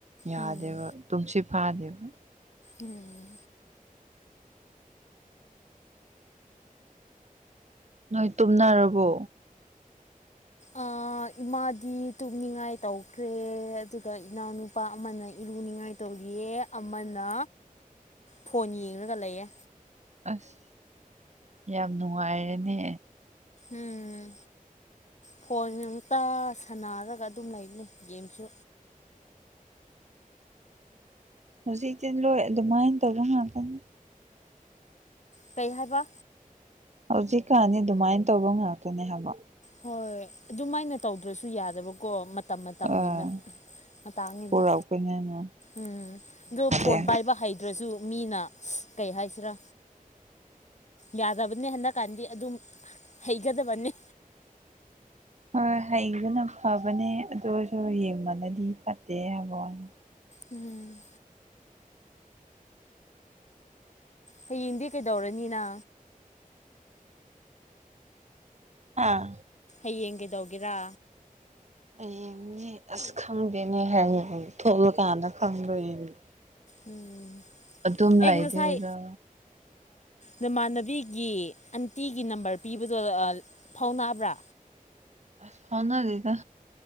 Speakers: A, on the right; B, on the left.
A: ꯌꯥꯗꯦꯕ
B: ꯎꯝ
A: ꯇꯨꯝꯁꯤ ꯐꯥꯗꯦꯕ
B: ꯎꯝ
A: ꯅꯣꯏ ꯇꯨꯝꯅꯔꯕꯣ <unintelligible>
B: ꯑꯥ ꯏꯃꯥꯗꯤ ꯇꯨꯝꯅꯤꯡꯉꯥꯏ ꯇꯧꯈ꯭ꯔꯦ ꯑꯗꯨꯒ ꯏꯅꯥꯎꯅꯨꯄꯥ ꯑꯃꯅ ꯏꯔꯨꯅꯤꯡꯉꯥꯏ ꯇꯧꯔꯤꯌꯦ ꯑꯃꯅ ꯐꯣꯟ ꯌꯦꯡꯂꯡꯒ ꯂꯩꯌꯦ
A: ꯑꯁ ꯌꯥꯝ ꯅꯨꯡꯉꯥꯏꯔꯅꯦ
B: ꯎꯝ ꯐꯣꯟ ꯑꯨꯛꯇ ꯁꯥꯟꯅꯔꯒ ꯑꯗꯨꯝ ꯂꯩꯕ ꯂꯩ ꯒꯦꯝꯁꯨ
A: ꯍꯧꯖꯤꯛꯇꯤ ꯂꯣꯏ ꯑꯗꯨꯃꯥꯏꯅ ꯇꯧꯕ ꯉꯥꯛꯇꯅꯤ
B: ꯀꯩ ꯍꯥꯏꯕ
A: ꯍꯧꯖꯤꯛꯀꯥꯟꯅꯤ ꯑꯗꯨꯃꯥꯏꯅ ꯇꯧꯕ ꯉꯥꯛꯇꯅꯦ ꯍꯥꯏꯕ
B: ꯍꯣꯏ ꯑꯗꯨꯃꯥꯏꯅ ꯇꯧꯗ꯭ꯔꯁꯨ ꯌꯥꯗꯕꯀꯣ ꯃꯇꯝ ꯃꯇꯝꯒꯤ
A: ꯑꯥ
B: ꯃꯇꯥꯡꯅ
A: ꯄꯨꯔꯛꯄꯅꯤꯅ
B: ꯎꯝ
A: ꯌꯥꯗꯦ
B: ꯑꯣ ꯐꯣꯟ ꯄꯥꯏꯕ ꯍꯩꯗ꯭ꯔꯁꯨ ꯃꯤꯅ ꯀꯩ ꯍꯥꯏꯁꯤꯔꯥ ꯌꯥꯗꯕꯅꯤ ꯍꯟꯗꯛꯀꯥꯟꯗꯤ ꯑꯗꯨꯝ ꯍꯩꯒꯗꯕꯅꯤ
A: ꯍꯣꯏ ꯍꯩꯗꯨꯅ ꯐꯕꯅꯦ ꯑꯗꯨꯁꯨ ꯌꯦꯡꯕꯅꯗꯤ ꯐꯠꯇꯦ ꯍꯥꯏꯕ ꯋꯥꯅꯤ
B: ꯎꯝ ꯍꯌꯦꯡꯗꯤ ꯀꯩꯗꯧꯔꯅꯤꯅ
A: ꯑꯥ
B: ꯍꯌꯦꯡ ꯀꯗꯧꯒꯦꯔꯥ
A: ꯍꯌꯦꯡꯅꯦ ꯑꯁ ꯈꯪꯗꯦꯅꯦ ꯍꯥꯏ ꯊꯣꯛꯂꯀꯥꯟꯗ ꯈꯪꯗꯣꯏꯌꯦꯅꯦ
B: ꯎꯝ
A: ꯑꯗꯨꯝ
B: ꯑꯩ
A: ꯂ
B: ꯉꯁꯥꯏ
A: ꯏꯗꯔ
B: ꯅꯃꯥꯟꯅꯕꯤꯒꯤ ꯑꯟꯇꯤꯒꯤ ꯅꯝꯕꯔ ꯄꯤꯕꯗꯣ ꯐꯥꯎꯅꯥꯕ꯭ꯔꯥ
A: ꯑ ꯐꯅ ꯂꯩꯦꯒ